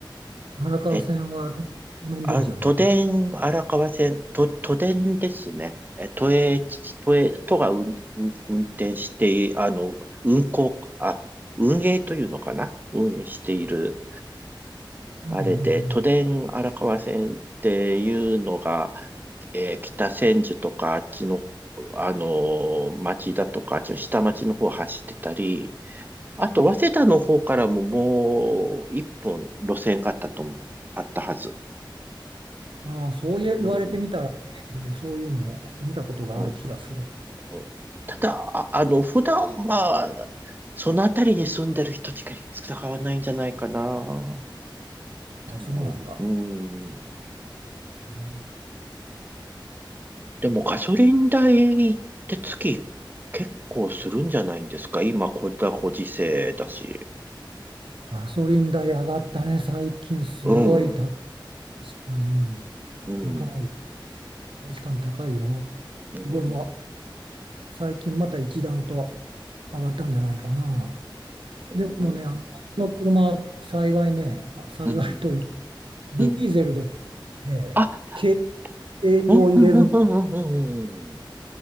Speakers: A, on the right; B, on the right.
A: 荒川線は路面電車なの
B: え、あ、都電荒川線、と、都電ですね。え、都営、都営、都が運、運運転して、あの、運行、あ、運営というのかな運営している
A: うんう
B: あれで、都電荒川線っていうのが、
A: ん
B: えー北千住とかあっちの、あのー町だとか、あっちの下町の方走ってたり、あと、早稲田の方からももう一本路線があったと思う、あったはず。
A: うん。ああ、そう言言われてみたらね、
B: うん。
A: で、そういうのを見たことがある気がする。
B: おおただ、あ、あの、普段は、その辺りに住んでる人しか使わないんじゃないかな、と
A: ああ、そうなんだ。
B: 思い、うん。
A: うん
B: でもガソリン代って月結構するんじゃないんですか今、こんなご時世だし。
A: ガソリン代上がったね、最近すごい高い。
B: うん、うん、
A: 確かに
B: うん、
A: 高い。確かに高いよ。
B: うん、
A: すごい、もう最近また一段と上がったんじゃないかな。
B: うん、
A: でもね、あのこの車、幸いね、あ幸いというか、
B: うん。
A: ディーゼルで、
B: うん
A: ね軽
B: あ、
A: 軽油を入れる
B: うん、うん、うん、うん、うん、